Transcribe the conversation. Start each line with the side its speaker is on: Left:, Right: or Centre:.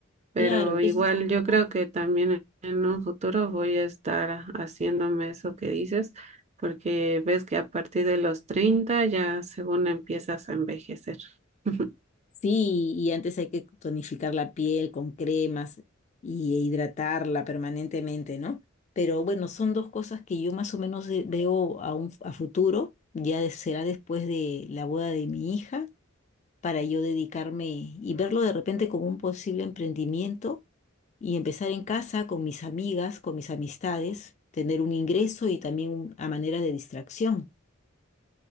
Right: Pero
Left: Claro, entonces
Right: igual yo creo que también en un futuro voy a estar haciéndome eso que dices, porque ves que a partir de los 30 ya según empiezas a envejecer. <laughs>
Left: sí, y antes hay que tonificar la piel con cremas y e hidratarla permanentemente, ¿no? Pero bueno, son dos cosas que yo más o menos de- veo a, un, a futuro, ya de- será después de la boda de mi hija, para yo dedicarme y verlo de repente como un posible emprendimiento y empezar en casa con mis amigas, con mis amistades, tener un ingreso y también a manera de distracción.